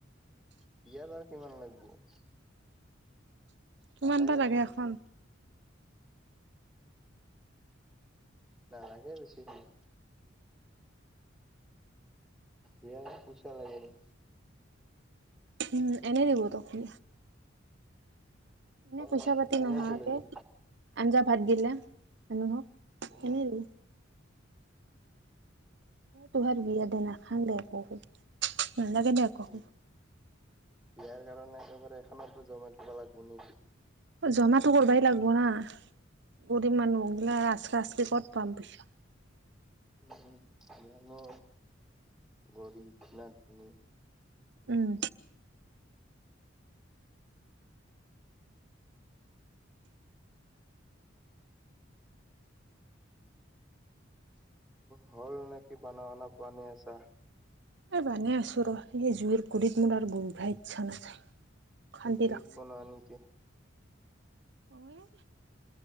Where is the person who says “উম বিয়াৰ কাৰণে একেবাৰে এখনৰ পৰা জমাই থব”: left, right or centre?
Centre